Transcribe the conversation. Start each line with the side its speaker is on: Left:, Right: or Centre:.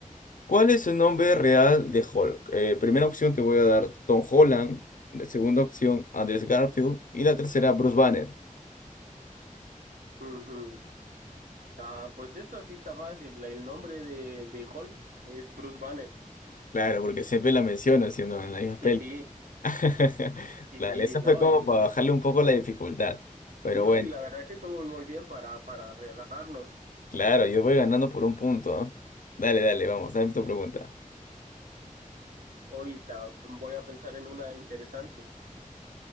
Left: ¿Cuál es el nombre real de Hulk? Eh, primera opción te voy a dar Tom Holland, la segunda opción Andrew Garfield y la tercera Bruce Banner.
Right: Ujú. Ah, pues esta sí está fácil. La- El nombre de, de Hulk es Bruce Banner.
Left: Claro, porque siempre la menciono siendo en la misma
Right: Sí,
Left: peli.
Right: sí,
Left: <laughs>
Right: Y
Left: Claro,
Right: sí,
Left: eso
Right: no,
Left: fue como
Right: y, <laughs>
Left: para bajarle un poco la dificultad, pero
Right: no,
Left: bueno.
Right: y la verdad que estuvo muy bien para, para relajarnos.
Left: Claro, yo voy ganando por un punto, ¿ah? Dale, dale, vamos, dame tu pregunta.
Right: Ahorita voy a pensar en una interesante.